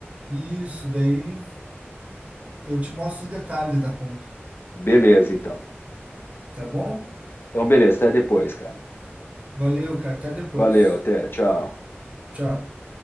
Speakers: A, on the right; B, on the left.
A: Isso, daí eu te mostro os detalhes da conta,
B: Beleza, então.
A: tá bom?
B: Então, beleza, até depois, cara.
A: Valeu, cara, até depois.
B: Valeu, até, tchau.
A: Tchau.